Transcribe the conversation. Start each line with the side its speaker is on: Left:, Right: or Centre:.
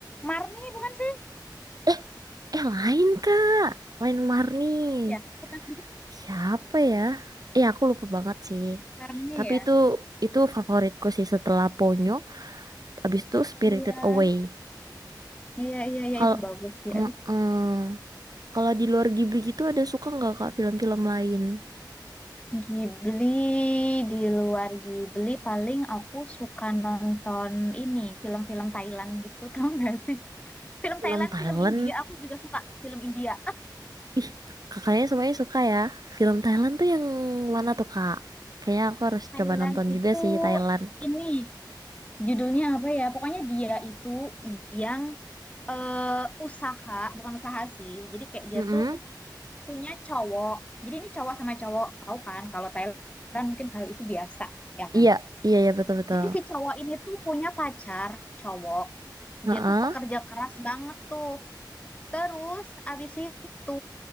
Left: Marni bukan sih?
Right: Eh, eh lain, Kak. Lain Marni.
Left: Ya, bukan
Right: Siapa ya? Iya aku lupa banget sih.
Left: Marni
Right: Tapi
Left: ya.
Right: itu itu favoritku sih setelah Ponyo. Abis itu Spirited
Left: Iya.
Right: Away.
Left: Iya iya iya
Right: Kalau
Left: itu bagus sih.
Right: Heeh.
Left: Aduh,
Right: kalau di luar Ghibli gitu ada suka nggak kak film-film lain?
Left: Ghibli di luar Ghibli paling aku suka nonton ini film-film Thailand gitu <laughs> tau gak sih? Film
Right: Film
Left: Thailand,
Right: Thailand?
Left: film India aku juga suka film India.
Right: Ih, kakaknya semuanya suka ya. Film Thailand tuh yang mana tuh kak? Kayaknya aku
Left: <laughs>
Right: harus
Left: Thailand
Right: coba nonton
Left: itu
Right: juga sih Thailand.
Left: ini judulnya apa ya? Pokoknya dia itu yang eh usaha, bukan usaha sih. Jadi kayak dia
Right: Mm-mm.
Left: tuh punya cowok. Jadi ini cowok sama cowok, tahu kan? Kalau Thailand mungkin hal itu biasa, ya kan?
Right: Iya, iya ya betul-betul.
Left: Jadi si cowok ini tuh punya pacar cowok.
Right: Heeh.
Left: Dia tuh pekerja keras banget tuh. Terus abis itu